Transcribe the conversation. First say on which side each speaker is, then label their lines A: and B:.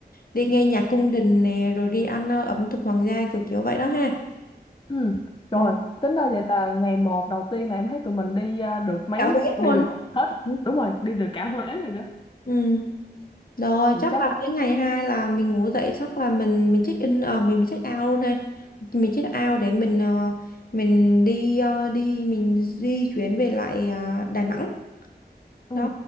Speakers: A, on the left; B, on the left.
A: đi nghe nhạc cung đình nè rồi đi ăn ờ, ẩm thực hoàng gia kiểu kiểu vậy đó ha
B: ừ
A: ừ.
B: rồi tính ra vậy là ngày một đầu tiên là em thấy tụi mình đi à, được mấy
A: cả vé
B: đi
A: luôn
B: được
A: á
B: hết
A: ừ.
B: đúng rồi đi được cả Huế rồi đó
A: Ừ. rồi
B: thì
A: chắc
B: chắc
A: là đến ngày hai là mình ngủ dậy chắc là mình mình check in ờ, mình mình check out luôn ha mình check out để mình ờ, mình đi ờ, đi mình di chuyển về lại ờ, Đà Nẵng
B: Ừ.
A: đó